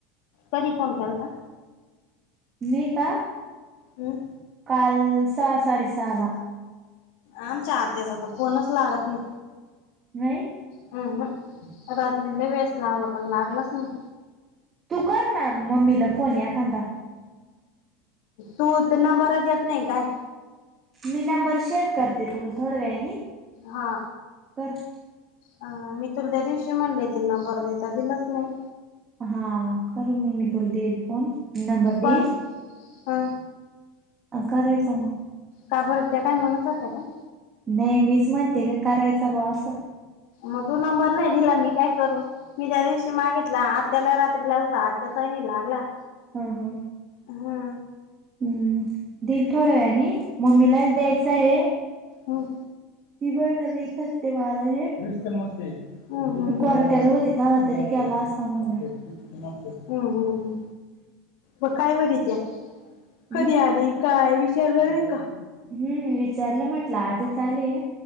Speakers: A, on the left; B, on the right.
A: कधी फोन केलता?
B: मी का?
A: हम्म
B: काल सहा, साडेसहाला.
A: आमच्या आत्याचा तर फोनच लागत नाही.
B: नाही?
A: अ हं रात्री लय वेळेस लावला पण लागलच नाही.
B: तू कर ना, मम्मीला फोन एखांदा.
A: तू ते नंबरात येत नाही काय?
B: मी नंबर शेअर करते तुला थोड्या वेळानी.
A: हा.
B: कर
A: अ मी तुला त्या दिवशी म्हणले, ते नंबर दे तर दिलाच नाही.
B: हा, कर मग मी तुला देईल फोन. नंबर देईल
A: का? हा.
B: अ करायचा मग.
A: का बर, त्या टाईमलाच होत्या काय?
B: नाही, मीच म्हणते का करायचं बा असं.
A: मग तू नंबर नाही दिला, मी काय करू? मी त्या दिवशी मागितला, आत्याला रात्रीला <unintelligible> आत्याचा नाही लागला.
B: हं, हं.
A: हा.
B: हम्म, दिल थोड्या वेळानी, मम्मीलाच द्यायचं आहे.
A: हं.
B: <unintelligible>
A: हं, हं, हं.
B: क्वारट्याला
A: <unintelligible>
B: होते तवा
A: हं,
B: तरी केला असता म्हणलं
A: हं, हं मग काय म्हणीत्या? कधी
B: हम्म
A: आली? काय विचारलं नाही का?
B: हम्म, विचारलं म्हटलं, आजच आलेय.